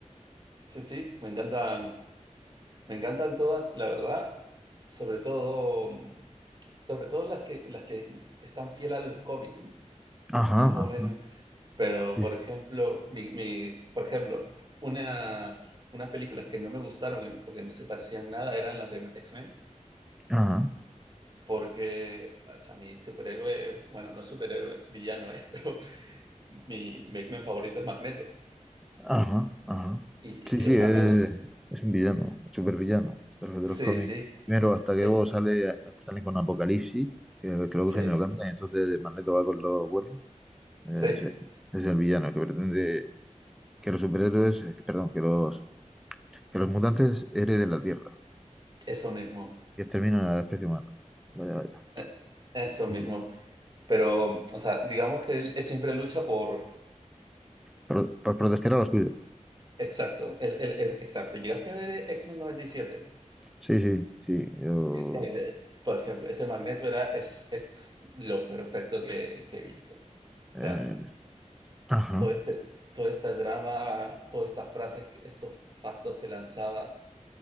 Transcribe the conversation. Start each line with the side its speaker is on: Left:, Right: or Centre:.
Right: sí, sí, me encantan, me encantan todas, la verdad, sobre todo, mm, sobre todo las que, las que están fieles a los cómics,
Centre: Ajá,
Right: más o menos.
Centre: ajá,
Right: Pero,
Centre: sí,
Right: por ejemplo,
Centre: sí,
Right: mi, mi- por ejemplo, una, unas películas que no me gustaron eh, porque no se parecían nada eran las de X-Men.
Centre: ajá,
Right: Porque, o sea, mi superhéroe, bueno, no superhéroe, es villano, ¿eh? <laughs> pero mi, mi X-Men favorito es Magneto.
Centre: ajá, ajá.
Right: Y,
Centre: Sí, sí,
Right: o sea,
Centre: es,
Right: me gusta.
Centre: es un villano, supervillano de los, de
Right: Sí,
Centre: los cómics.
Right: sí,
Centre: Primero, hasta que
Right: es,
Centre: luego sale, sale con Apocalipsis, que que luego
Right: sí,
Centre: que lo cambia, entonces Magneto va con los buenos. Eh,
Right: sí,
Centre: Es, el es el villano que pretende que los superhéroes, eh, perdón, que los, que los mutantes hereden la Tierra.
Right: eso mismo.
Centre: y exterminan a la especie humana. Vaya, vaya.
Right: eh, Eso
Centre: Sí.
Right: mismo. Pero, o sea, digamos que él, él siempre lucha por.
Centre: Por, por proteger a los suyos.
Right: Exacto, él- él es- exacto. ¿Llegaste a ver eh, X-Men 97?
Centre: Sí, sí, sí. Yo.
Right: Que, eh, por ejemplo, ese Magneto era es, es lo perfecto que, que he visto.
Centre: eh,
Right: O sea,
Centre: ajá.
Right: todo este, todo este drama, todas estas frases, estos factos que lanzaba,